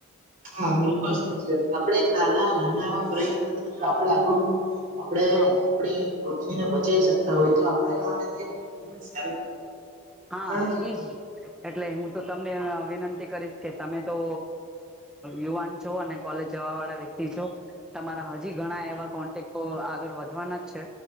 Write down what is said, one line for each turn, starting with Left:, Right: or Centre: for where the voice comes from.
Right: હા બિલકુલ સાચી વાત આપણે એક નાના નાના એવા પ્રયત્ન થી જો આપણે આપું આપણે
Centre: હા
Right: આપણી પૃથ્વીને બચાવી શકતા હોય તો આપણે માટે તે ખૂબ જ સારું
Centre: હા
Right: કારણ કે
Centre: એ જ એટલે હું તો તમને વિનંતી કરીશ કે તમે તો યુવાન છો અને કોલેજ જવા વાળા વ્યક્તિ છો તમારા હજી ઘણા એવા કોન્ટેક્ટો આગળ વધવાના જ છે,